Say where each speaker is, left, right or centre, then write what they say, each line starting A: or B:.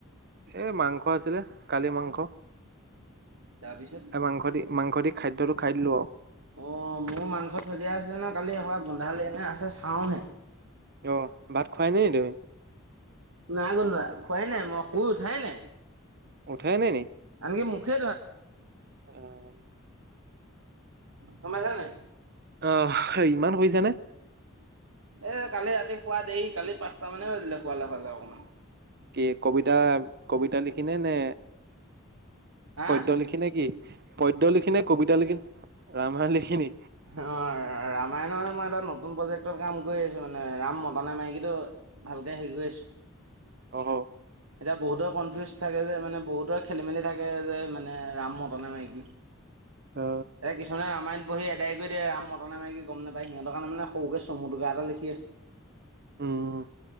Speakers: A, on the right; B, on the right.
A: এ মাংস আছিলে কালি মাংস।
B: তাৰপিছত
A: মাংস মাংসট খাদ্যটো খাই দিলোঁ আও।
B: অ', মোৰ মাংস চলিয়া আছিলে ন কালি এ গোন্ধালে নে আছে চাওহে।
A: অ', ভাত খুৱাই নাই নি তমি?
B: নাই গোন্ধোৱা খোৱাই নাই মই শুই উঠাই নাই।
A: উঠাই নাই নি।
B: আনকি মুখে
A: অ'।
B: সোমাইছা নে।
A: আহ ইমান সুইছেনে।
B: এই কালি ৰাতি শুৱা দেই কালি পাঁচটা মানে বাজিলে শুৱালে শুৱালে অকমান।
A: কি কবিতা কবিতা লিখিনে নে
B: হা
A: পদ্যয় লিখি নে কি পদ্যয় লিখি নে কবিতা লিখি ৰামায়ণ লিখিনি।
B: অ', ৰামায়ণৰ নে মাৰ এটা নতুন প্ৰজ ট্ৰেক্টৰত কাম কৰি আছোঁ মানে ৰাম মতা নে মাইকী টো ভালকৈ হেৰি কৰি আছোঁ।
A: অ'।
B: এতিয়া বহুতৰ কনফিউজ থাকে যে মানে বহুতৰে খেলি মেলি থাকে যে মানে ৰাম মতা নে মাইকী এয়া
A: অ,
B: কিছুমানে ৰামায়ণ পঢ়হি এডাই কৰি দিয়ে ৰাম মতা নে মাইকি গম নাপায় সিহঁতৰ কাৰনে মানে সৰুকে চমু টোকা এটা লিখি আছোঁ।
A: উম।